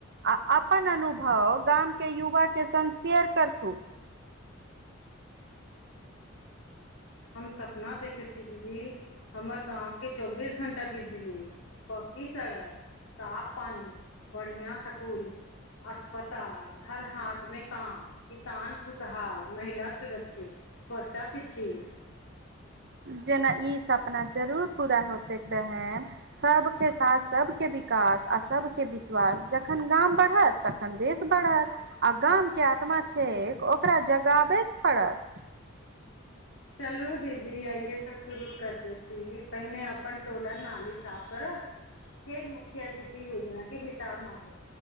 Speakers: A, on the right; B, on the left.
A: आ अपन अनुभव गामके युवाके सङ्ग शेयर करथू।
B: हम सपना देखै छी दीदी हमर गाम के चौबीस घण्टा बिजली पक्की सड़क साफ पानि, बढ़िआ सकूल अस्पताल, हर हाथमे काम किसान खुशहाल, महिला सुरक्षित, बच्चा शिक्षित
A: जेना ई सपना जरूर पूरा होतै बहन। सभके साथ, सभके विकास आ सभके विश्वास जखन गाम बढ़त तखन देश बढ़त आ गामके आत्मा छैय ओकरा जगाबैके पड़त।
B: चलू दीदी आइयेसँ शुरू करिते छी, पहिने अपन टोल नाली साफ करब। <unintelligible> फेर मुखिया जी के योजना के हिसाब मांगब,